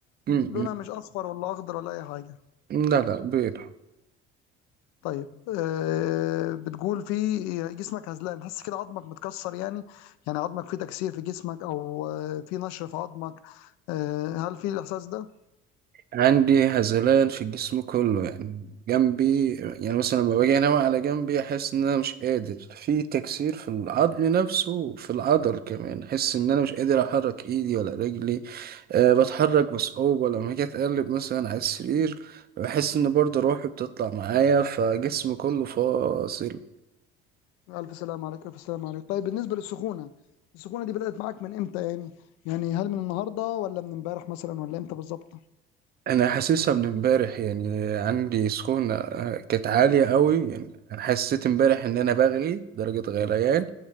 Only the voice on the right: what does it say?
م-
م. لا لا بيضة
عندي هزلان في الجسم كله يعني جنبي يعني مثلا لما باجي انام على جنبي احس ان انا مش قادر في تكسير في العظم نفسه وفي العضل كمان احس ان انا مش قادر احرك ايدي ولا رجلي أه بتحرك بصعوبة لما اجي اتقلب مثلا على السرير بحس ان برضه روحي بتطلع معايا فجسم كله فاصل
انا حاسسها من امبارح يعني عندي سخونة آه، كانت عالية قوي يعني انا حسيت امبارح ان انا بغلي درجة غليان